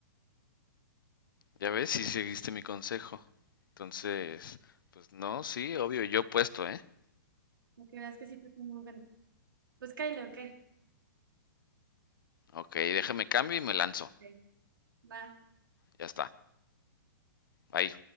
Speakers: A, on the left (about 75°); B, on the right (about 80°).
A: Ya ves, si seguiste mi consejo. Entonces, pues no, sí, obvio, yo puesto, ¿eh?
B: Porque veas que sí te tengo un cuento. Pues cáile o qué.
A: Ok, déjame cambio y me lanzo.
B: Ok, va.
A: Ya está. Bye.